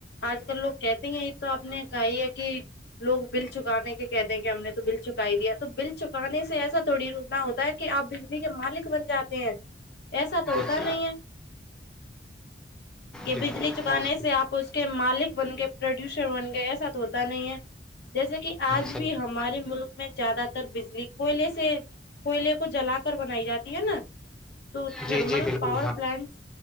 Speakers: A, on the left; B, in the centre.
A: آج کل لوگ کہتے ہیں تو آپ نے کہا ہی ہے کہ لوگ بل چکانے کے کہتے ہیں کہ ہم نے تو بل چکائی دیا تو بل چکانے سے ایسا تھوڑی رنا ہوتا ہے کہ آپ کے مالک بن جاتے ہیں ایسا تو ہوتا
B: جی جی
A: نہیں ہے کہ
B: جی
A: بجلی
B: بہت
A: چکانے
B: بہت
A: سے آپ اس کے مالک بن گئے پروڈیوسر بن گئے ایسا تو ہوتا نہیں ہے جیسے کہ آج
B: صحیح
A: بھی ہمارے ملک میں زیادہ تر بجلی کوئلے سے کوئلے کو جلا کر بنائی جاتی ہے نا تو تھرمل
B: جی جی بالکل
A: پاور
B: ہاں
A: پلانٹس